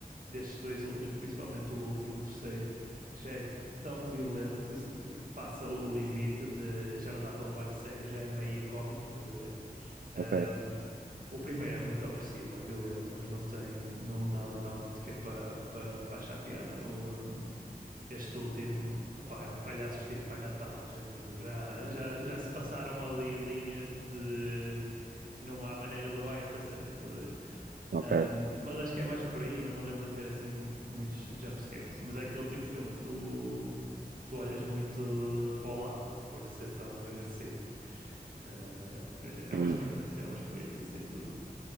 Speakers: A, on the right; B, on the right.
A: destes dois últimos, principalmente o último, o terceiro, já é tão violento que, se- que passa o limite de já não dá para levar a sério, já é meio cómico, estás a ver?
B: ok,
A: Um, o primeiro é muito opressivo, é violento, mas não tem, não dá literalmente sequer para para achar piada. O, um, este último, opá, é um palhaço vestido de Pai Natal, de género. Já, já, já se passaram ali linhas de não há maneira de levar esta a sério, estás a ver?
B: ok.
A: Um, mas acho que é mais por aí, não me lembro de ter assim muitos jumpscares. Mas é aquele tipo de filme que tu, tu olhas muito para o lado por ser tão agressivo. Ah, mas é é
B: hum,
A: uma experiência, é uma experiência, sem dúvida.